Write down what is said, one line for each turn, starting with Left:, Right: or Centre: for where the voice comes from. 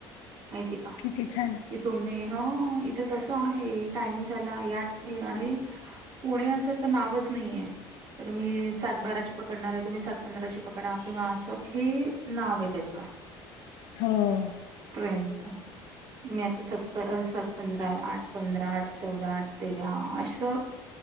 Right: माहिती आहे का.
Left: किती छान!
Right: की तुम्ही ह इथे कस आहे टाइम झाला या आणि- कोणी असं तर नावच नाहीये, तर मी सात बाराची पकडणार आहे, तुम्ही सात पंधराची पकड. ककडा किंवा असं, हे नाव आहे त्याचं.
Left: हो
Right: ट्रेन च. मी आता स सात पंधरा, आठ पंधरा, आठ चौदा, आठ तेरा असं.